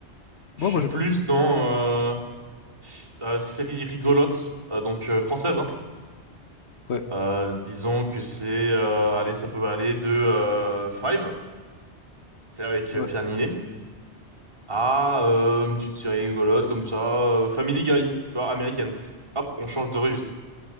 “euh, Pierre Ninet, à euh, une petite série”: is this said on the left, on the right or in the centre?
Right